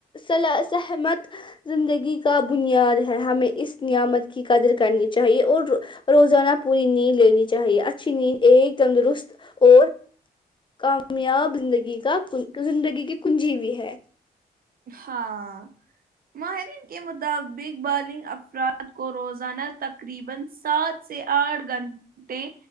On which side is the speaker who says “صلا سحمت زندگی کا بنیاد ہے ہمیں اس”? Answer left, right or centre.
Left